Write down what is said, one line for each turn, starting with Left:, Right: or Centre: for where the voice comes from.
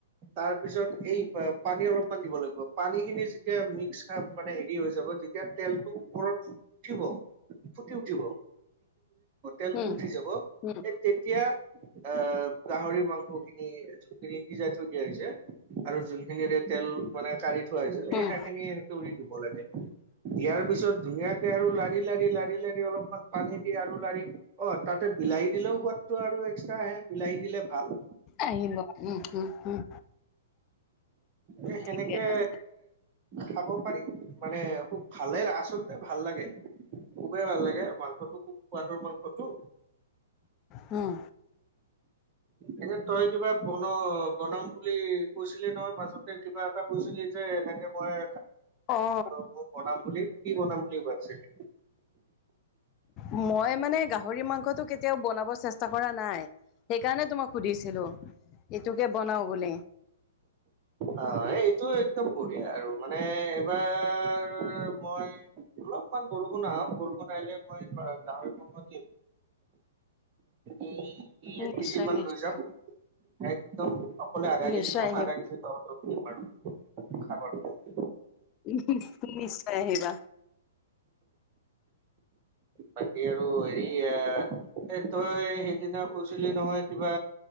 Right: তাৰ পিছত এই পানী অলপমান দিব লাগিব, পানী খিনি যেতিয়া মিক্স খা মানে হেৰি হৈ যাব। যেতিয়া তেলটো ওপৰত উঠিব। ফুটি উঠিব, তেলটো
Left: উম
Right: উঠি যাব।
Left: উম
Right: সে তেতিয়া আহ' গাহৰিৰ মাংস খিনি যিখিনি সিজাই থৈ দিয়া হৈছে, আৰু যোন খিনিৰে তেল মানে কাৰি থোৱা হৈছিল, এই
Left: উম
Right: সেইখিনি এনেকে উৰি দিব লাগে দিয়াৰ পিছত ধুনীয়াকে আৰু লাৰি-লাৰি। লাৰি লাৰি অলপমান পানী দি আৰু লাৰি অ' তাতে বিলাহী দিলেও সোৱাদটো আৰু এক্সট্ৰা আহে। বিলাহী দিলে ভাল।
Left: আহিব, উম উম উম।
Right: এ সেনেকে
Left: ঠিকে আছে
Right: খাব পাৰি, মানে খুব ভালে আচলতে ভাল লাগে। খুবেই ভাল লাগে, মাংসটো খুব সোৱাদৰ মাংসটো।
Left: হুম।
Right: এনে তই কিবা বন-বনাম বুলি কৈছিলি নহয় মাজতে, কিবা এটা কৈছিলি যে এনেকে মই <unintelligible>
Left: অঁ
Right: মই বনাম বুলি। কি বনাম বুলি ভাবছিলি?
Left: মই মানে গাহৰি মাংসটো কেতিয়াও বনাব চেষ্টা কৰা নাই। সেইকাৰণে তোমাক সুধিছিলো! এইটোকে বনাও বুলি।
Right: অ' এইটো একদম বঢ়িয়া আৰু মানে এইবাৰ মই অলপমান বৰষুণ আহক, বৰষুণ আহিলে মই গাহৰি মাংস নিম। উম, এক
Left: নিশ্চয়
Right: কেজি মান
Left: নিশ্চয়
Right: লৈ যাম। একদম অকলে আধা-কেজি
Left: নিশ্চয়
Right: খাম,
Left: আহিবা
Right: আধা-কেজি তহঁতক দিম আৰু খাবৰ কাৰণে
Left: উমহুম! নিশ্চয় আহিবা।
Right: বাকী আৰু হেৰি আ' এ তই সেইদিনা কৈছিলি নহয়! কিবা